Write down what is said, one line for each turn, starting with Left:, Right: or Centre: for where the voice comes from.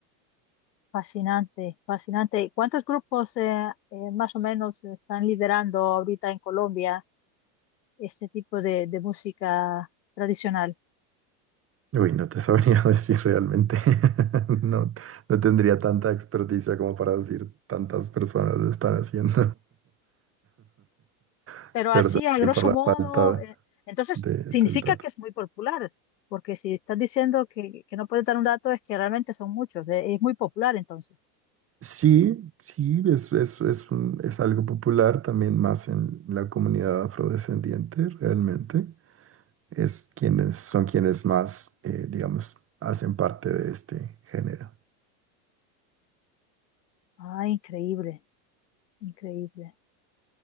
Left: fascinante, fascinante. ¿Cuántos grupos eh, eh, más o menos están liderando ahorita en Colombia este tipo de de música tradicional?
Right: Uy, no te sabría <laughs> decir realmente. <laughs> No, no tendría tanta experticia como para decir tantas personas lo están haciendo. <laughs>
Left: Pero así,
Right: Perdón
Left: a grosso
Right: ahí por la
Left: modo,
Right: falta
Left: eh, entonces
Right: de,
Left: significa
Right: del dato.
Left: que es muy popular, porque si estás diciendo que, que no puedes dar un dato es que realmente son muchos, eh, es muy popular entonces.
Right: Sí, sí, es, es, es, un- es algo popular también más en la comunidad afrodescendiente, realmente. Es quienes, son quienes más, eh, digamos, hacen parte de este género.
Left: Ah, increíble, increíble.